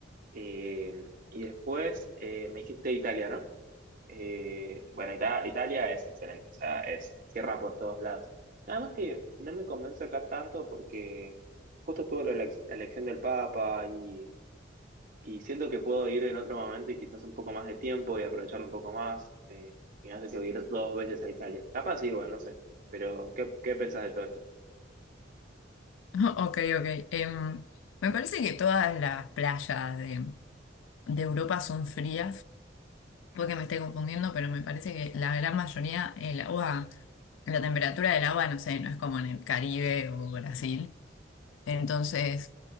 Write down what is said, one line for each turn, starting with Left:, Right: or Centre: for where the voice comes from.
Right: Eh, y después eh, me dijiste Italia, ¿no? Eh, bueno, Ita- Italia es excelente, o sea, es cierra por todos lados. Nada más que no me convence acá tanto porque justo estuvo lo de la, ex- la elección del Papa y, y siento que puedo ir en otro momento y quizás un poco más de tiempo y aprovechar un poco más. eh, y no sé si voy a ir dos veces a Italia. Capaz igual, no sé. Pero, ¿qué, qué pensás de todo esto?
Left: <laughs> Ok, ok. Em, me parece que todas las playas de, de Europa son frías. Puede que me esté confundiendo, pero me parece que la gran mayoría, el agua. La temperatura del agua, no sé, no es como en el Caribe o Brasil. Entonces,